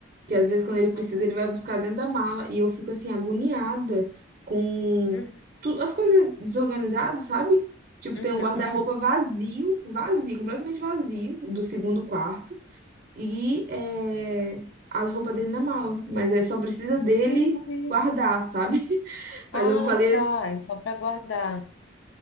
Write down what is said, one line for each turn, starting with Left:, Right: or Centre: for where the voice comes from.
Right: Que às vezes quando ele precisa,
Left: Ah,
Right: ele vai buscar dentro da mala. E eu fico assim, agoniada com
Left: uhum,
Right: tu- as coisas desorganizadas, sabe? Tipo,
Left: uhum.
Right: tem um guarda-roupa vazio, vazio, completamente vazio, do segundo quarto. E é, as roupas dele na mala. Mas é só precisa dele
Left: Meu Deus.
Right: guardar, sabe? <laughs> Mas
Left: Ah,
Right: eu falei
Left: tá. É só para guardar.